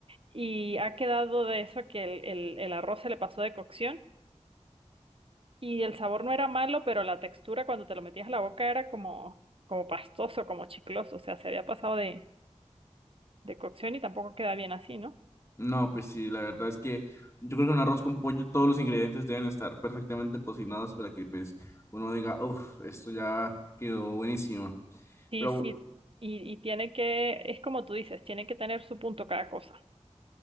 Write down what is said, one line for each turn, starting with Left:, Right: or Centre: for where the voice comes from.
Right: y ha quedado de eso que el, el, el arroz se le pasó de cocción y el sabor no era malo, pero la textura cuando te lo metías a la boca era como, como pastoso, como chicloso, o sea, se había pasado de, de cocción y tampoco queda bien así, ¿no?
Left: No, pues sí, la verdad es que yo creo que un arroz con pollo, todos los ingredientes deben estar perfectamente cocinados para que pues uno diga, uff, esto ya quedó buenísimo.
Right: Sí,
Left: Pero
Right: sí, y, y tiene que, es como tú dices, tiene que tener su punto cada cosa.